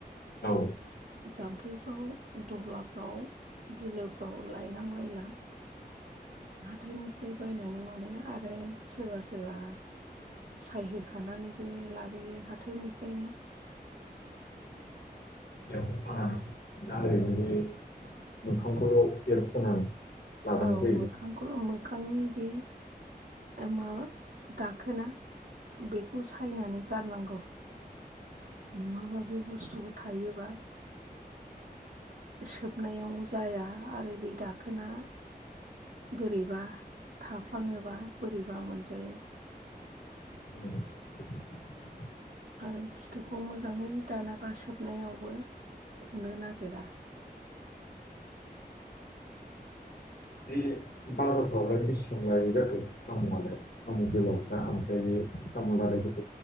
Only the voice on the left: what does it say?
औ
एखानानै दा ओरैबाय बे मोखांखौल' एरख'नानै लाबोनाय
जायो
<unintelligible>
बे बाजारफ्रावलाय बेसेबां लायो जाखो सामआलाय साम गोलाव्रा ओमफ्राय बे <unintelligible>